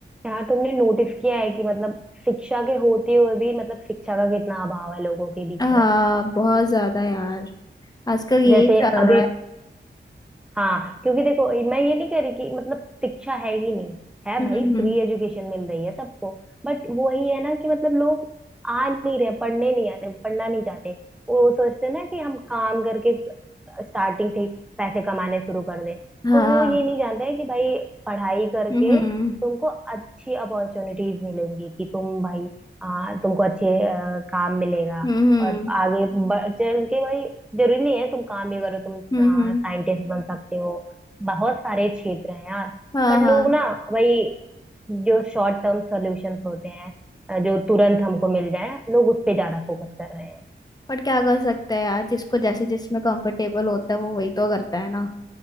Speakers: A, in the centre; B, on the left.
A: यार तुमने नोटिस किया है कि मतलब शिक्षा के होते हुए भी मतलब शिक्षा का कितना अभाव है लोगों के बीच
B: हाँ
A: में
B: बहुत ज्यादा यार आजकल यही
A: जैसे
B: चल
A: अभी
B: रहा है
A: हाँ क्योंकि देखो मैं ये नहीं कह रही कि मतलब शिक्षा है ही नहीं है
B: हम्म
A: भाई
B: हम्म
A: फ्री एजुकेशन मिल रही है सबको बट वही है ना कि मतलब लोग आ नहीं रहे पढ़ने नहीं आ रहे पढ़ना नहीं चाहते वो सोचते हैं ना कि हम काम करके स्टार्टिंग से ही पैसे कमाने शुरू कर दें
B: हाँ
A: तो वो ये नहीं जानते हैं कि भाई पढ़ाई करके
B: हम्म
A: तुमको अच्छी अपॉर्चुनिटीज मिलेंगी कि तुम भाई आ, तुमको अच्छे आ, काम मिलेगा
B: हम्म
A: और आगे बढ़- चल के भाई जरूरी नहीं है तुम काम भी करो तुम
B: हम्म
A: साइंटिस्ट
B: हम्म,
A: बन सकते हो बहुत सारे क्षेत्र हैं यार
B: हाँ
A: बट
B: हाँ
A: लोग ना भाई जो शॉर्ट टर्म सॉल्यूशंस होते हैं अ, जो तुरंत हमको मिल जाए लोग उस पे ज्यादा फोकस कर रहे हैं
B: पर क्या कर सकते हैं यार जिसको जैसे जिसमें कंफर्टेबल होता है वो वही तो करता है ना